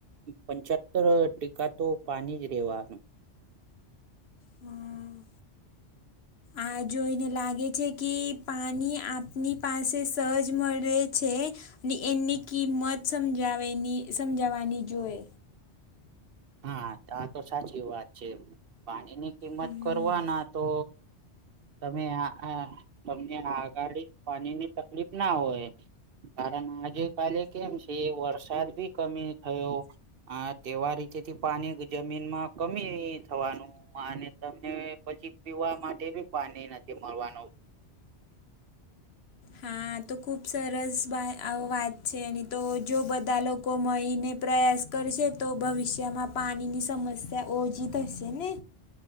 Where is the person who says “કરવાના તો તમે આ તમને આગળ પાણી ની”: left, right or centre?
Right